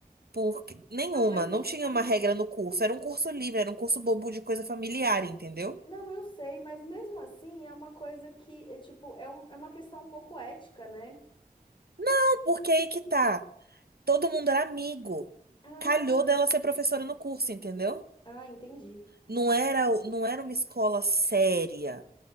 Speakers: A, on the right; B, on the left.
A: Porque, nenhuma,
B: ah, mas
A: não
B: é,
A: tinha
B: mas
A: uma regra no curso. Era um curso livre, era um curso bobo de coisa familiar, entendeu?
B: não, eu sei, mas mesmo assim é uma coisa que é tipo, é, um, é uma questão um pouco ética, né?
A: Não, Porque aí que tá. Todo mundo era amigo.
B: Ah,
A: Calhou dela ser professora no curso, entendeu?
B: ah, entendi.
A: Não era, não era uma escola séria